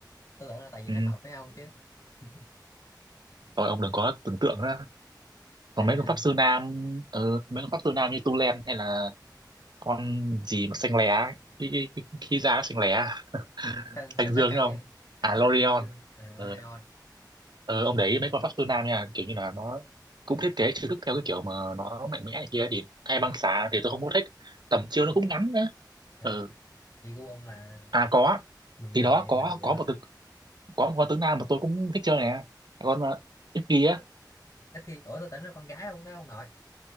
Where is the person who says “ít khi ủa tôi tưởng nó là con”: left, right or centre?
Left